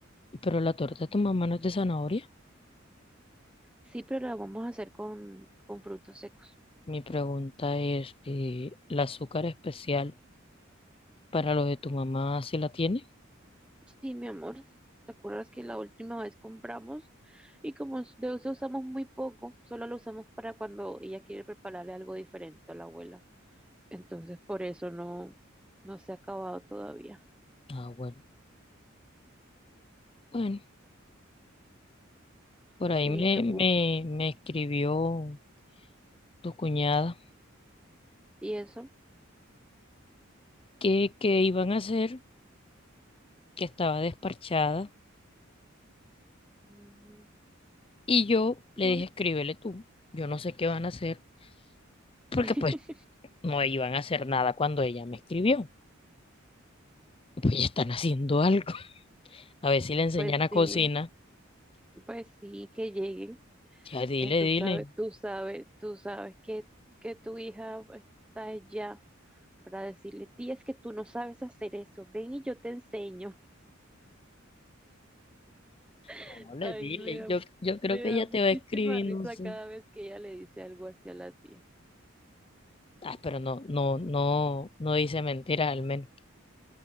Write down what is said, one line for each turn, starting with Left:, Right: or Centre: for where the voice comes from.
Left: pero la torta de tu mamá no es de zanahoria.
Centre: Sí, pero la vamos a hacer con, con frutos secos.
Left: Mi pregunta es, eh, ¿el azúcar especial para lo de tu mamá si la tiene?
Centre: Sí, mi amor, ¿te acuerdas que la última vez compramos y como s- de eso usamos muy poco, solo lo usamos para cuando ella quiere prepararle algo diferente a la abuela? Entonces, por eso no, no se ha acabado todavía.
Left: Ah, bueno. Bueno, por
Centre: Sí,
Left: ahí me,
Centre: mi amor.
Left: me, me escribió tu cuñada
Centre: ¿Y eso?
Left: que, que iban a hacer, que estaba desparchada,
Centre: Mm,
Left: y yo le
Centre: Bueno.
Left: dije, escríbele tú. Yo no sé qué van a hacer, porque
Centre: <laughs>
Left: pues no iban a hacer nada cuando ella me escribió. Pues ya están haciendo algo. <laughs> A ver si le enseñan
Centre: Pues
Left: a
Centre: sí,
Left: cocinar
Centre: pues sí, que llegue.
Left: Ya dile,
Centre: Eh, tú
Left: dile.
Centre: sabes, tú sabes, tú sabes que, que tu hija está allá para decirle, tía, es que tú no sabes hacer eso, ven y yo te enseño.
Left: No,
Centre: <laughs>
Left: le
Centre: Ay,
Left: dile.
Centre: me da,
Left: Yo, yo creo
Centre: me
Left: que
Centre: da
Left: ella
Centre: muchísima
Left: te va a escribir,
Centre: risa
Left: no sé.
Centre: cada vez que ella le dice algo así a la tía.
Left: Ah, pero no, no, no, no dice mentira al menos.